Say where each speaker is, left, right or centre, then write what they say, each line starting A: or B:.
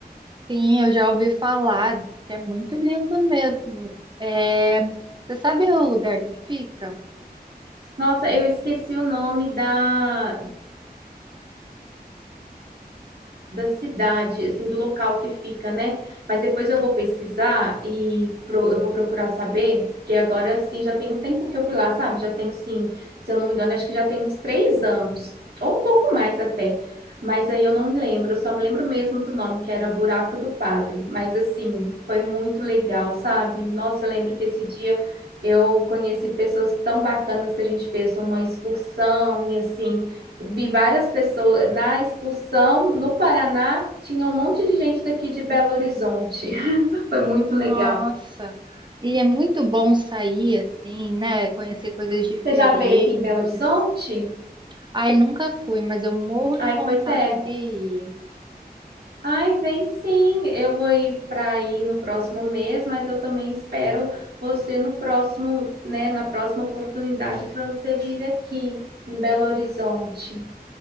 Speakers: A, on the right (about 30°); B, on the right (about 75°).
A: sim, eu já ouvi falar, diz que é muito lindo mesmo. É, você sabe o lugar que fica?
B: Nossa, eu esqueci o nome da, da cidade, assim, do local que fica, né? Mas depois eu vou pesquisar e pro- eu vou procurar saber, que agora, assim, já tem um tempo que eu fui lá, sabe? Já tenho, assim, se eu não me engano, acho que já tem uns três anos, ou um pouco mais até. Mas aí eu não me lembro, eu só me lembro mesmo do nome, que era Buraco do Padre. Mas, assim, foi muito legal, sabe? Nossa, eu lembro que esse dia eu conheci pessoas tão bacanas que a gente fez uma excursão e, assim, Vi várias pessoas na excursão no Paraná, tinha um monte de gente daqui de Belo Horizonte. <laughs> Foi muito
A: Nossa,
B: legal.
A: e é muito bom sair assim, né? Conhecer coisas diferentes.
B: Você já veio aqui em Belo Horizonte?
A: Ai, nunca fui, mas eu morro
B: Ai,
A: de vontade
B: pois é.
A: de ir.
B: Ai, vem sim. Eu vou ir para aí no próximo mês, mas eu também espero você no próximo, né, na próxima oportunidade para você vir aqui em Belo Horizonte.